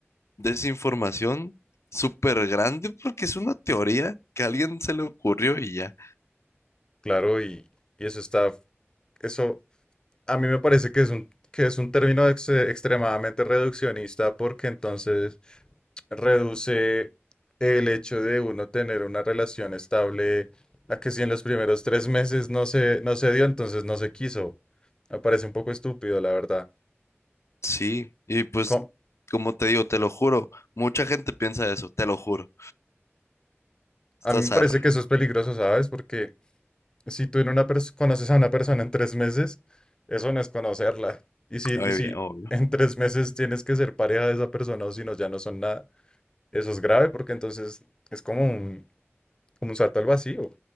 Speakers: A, on the left; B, on the left.
A: desinformación súper grande porque es una teoría que a alguien se le ocurrió y ya.
B: Claro, y, y eso está, eso a mí me parece que es un, que es un término ex- extremadamente reduccionista porque entonces reduce el hecho de uno tener una relación estable a que si en los primeros tres meses no se, no se dio, entonces no se quiso. Me parece un poco estúpido, la verdad.
A: Sí, y pues
B: ¿Cómo,
A: como te digo, te lo juro, mucha gente piensa eso, te lo juro.
B: A
A: Estás
B: mí me parece
A: arra.
B: que eso es peligroso, ¿sabes? Porque si tú en una pers- conoces a una persona en tres meses, eso no es conocerla. Y si,
A: Obvio,
B: y si
A: obvio.
B: en tres meses tienes que ser pareja de esa persona o si no, ya no son nada, eso es grave porque entonces es como un, como un salto al vacío.